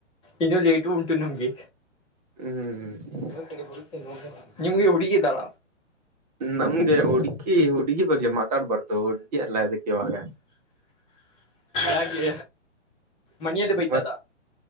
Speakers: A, on the left; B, on the right.
A: ಇನ್ನೂ ಲೇಟು ಉಂಟು ನಮಗೆ.
B: ಹ್ಮ್ ಹ್ಮ್
A: ಕಡೆ ಬರುತ್ತೋಡ ನಿಮ್ಗೆ ಹುಡುಗಿ ಇದ್ದಾಳ.
B: ನಮ್ಗೆ ಹುಡುಗಿ ಹುಡುಗಿ ಬಗ್ಗೆ ಮಾತಾಡಬಾರದು ಹುಡುಗಿ ಅಲ್ಲ ಇದಕ್ಕೆ ಇವಾಗ
A: ಯಾಕೆ ಮನೆಯಲ್ಲಿ ಬೈತಾರ.
B: ಮತ್